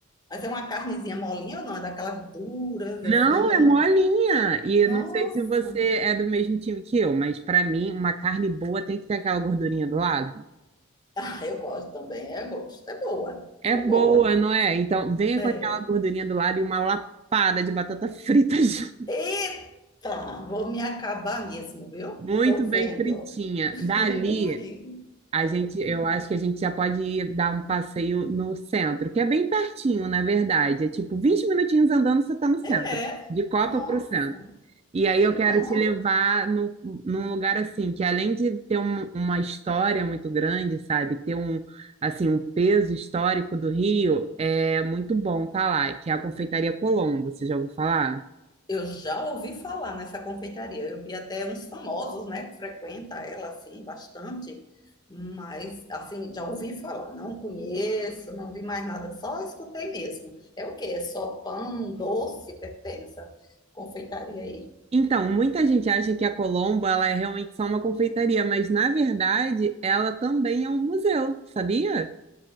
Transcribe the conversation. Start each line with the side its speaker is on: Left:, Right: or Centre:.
Left: mas é uma carnezinha molinha ou não? É daquelas duras
Right: Não,
Left: assim
Right: é
Left: ou
Right: molinha.
Left: não?
Right: E eu
Left: Nossa,
Right: não sei se você é do mesmo time que eu, mas pra mim, uma carne boa tem que ter aquela gordurinha do lado.
Left: ah, eu gosto também, eu gosto. É boa,
Right: É
Left: é
Right: boa,
Left: boa.
Right: não é? Então, venha
Left: É.
Right: com aquela gordurinha do lado e uma lapada de batata frita <laughs> junto.
Left: Eita, vou me acabar mesmo, viu?
Right: muito
Left: Tô vendo.
Right: bem fritinha.
Left: <laughs>
Right: Dali,
Left: Ui.
Right: a gente, eu acho que a gente já pode ir dar um passeio no centro, que é bem pertinho, na verdade. É tipo 20 minutinhos andando, você está no centro.
Left: É,
Right: De Copa
Left: nossa,
Right: para o centro. E aí
Left: que
Right: eu quero
Left: bom.
Right: te levar no, num lugar assim, que além de ter um- uma história muito grande, sabe? Ter um, assim, um peso histórico do Rio, é muito bom tá lá, que é a Confeitaria Colombo, você já ouviu falar?
Left: Eu já ouvi falar nessa confeitaria. Eu vi até uns famosos, né, que frequenta ela assim bastante, mas assim, já ouvi falar, não conheço, não vi mais nada, só escutei mesmo. É o quê? É só pão, doce, o que é que tem nessa confeitaria aí?
Right: Então, muita gente acha que a Colombo, ela é realmente só uma confeitaria, mas na verdade, ela também é um museu, sabia?